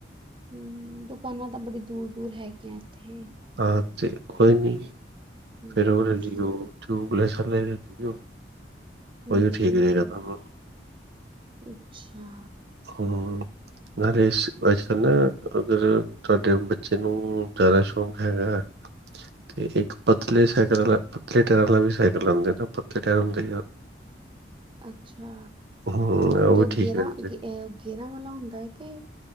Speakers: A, on the right (about 25°); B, on the right (about 60°).
A: ਹੂੰ ਦੁਕਾਨਾਂ ਤਾਂ ਬੜੀ ਦੂਰ-ਦੂਰ ਹੈ ਗੀਆ ਏਥੇ
B: ਹਾ ਤੇ ਕੋਈ ਨੀ
A: ਹਮ
B: ਫੇਰ ਓਹ
A: ਹਮ
B: ਲੈਂਦੀ
A: ਹਮ
B: ਓ ਟਿਊਬਲੈਸ ਆਲੇ ਲੈਂਦੀ ਓ
A: ਹਮ
B: ਕੋਈ ਵੀ ਠੀਕ ਰਏਗਾ ਤੁਹਾਨੂੰ
A: <unintelligible> ਅੱਛਾ
B: ਹਮ ਨਾਲੇ ਇਸ ਅੱਜ ਕੱਲ੍ਹ ਨਾ ਅਗਰ ਤੁਹਾਡੇ ਬੱਚੇ ਨੂੰ ਜ਼ਿਆਦਾ ਸ਼ੌਕ ਹੈਗਾ ਤੇ ਇੱਕ ਪਤਲੇ ਸਾਈਕਲਾ ਆਲਾ ਪਤਲੇ ਟਹਿਰ ਵਾਲਾ ਵੀ ਸਾਈਕਲ ਆਉਂਦੇ ਨੇ ਪਤਲੇ ਟਾਇਰ ਹੁੰਦੇ
A: ਅੱਛਾ
B: ਹਮ
A: ਤੇ
B: ਵੀ
A: ਉਹ
B: ਠੀਕ
A: ਗੇਰਾਂ
B: ਰਹਿੰਦੇ
A: ਗੇ ਇਹ ਗੇਅਰਾਂ ਵਾਲਾ ਹੁੰਦਾ ਹੈ ਕਿ